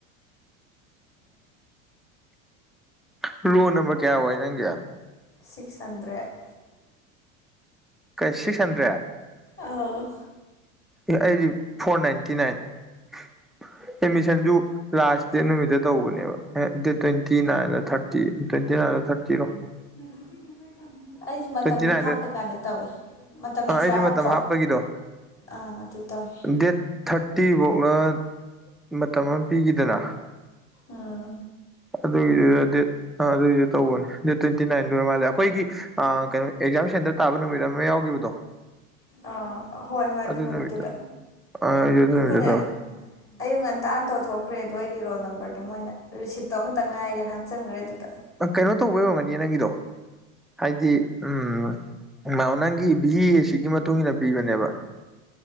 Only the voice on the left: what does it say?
ꯁꯤꯛꯁ ꯍꯟꯗ꯭ꯔꯦꯠ
ꯑꯥꯎ
ꯃ <unintelligible> ꯑꯩꯁ ꯃꯇꯝ
ꯍꯥꯞꯄ ꯀꯥꯟꯗ ꯇꯧꯋꯦ ꯃꯇꯝ ꯑꯦꯛꯁꯇ꯭ꯔꯥ
ꯍꯥꯞꯇ꯭ꯔꯣ
ꯑꯥ ꯑꯗꯨ ꯇꯧꯋ‌ꯦ
ꯑꯥ
ꯑꯥ ꯍꯣꯏ ꯍꯣꯏ
ꯅꯨꯃꯤꯠꯇꯨꯗ
ꯑꯩꯈꯣꯏꯅ
ꯑꯌꯨꯛ ꯉꯟꯇꯥꯥꯟꯅ ꯇꯧꯊꯣꯛꯈ꯭ꯔꯦ ꯑꯗꯣ ꯑꯩꯒꯤ ꯔꯣꯜ ꯅꯝꯕꯔꯗꯣ ꯃꯣꯏꯅ ꯔꯤꯁꯤꯞꯇꯣ ꯑꯃꯇ ꯉꯥꯏꯔꯦꯅ ꯍꯥꯞꯆꯤꯟꯈ꯭ꯔꯦ ꯑꯗꯨꯗ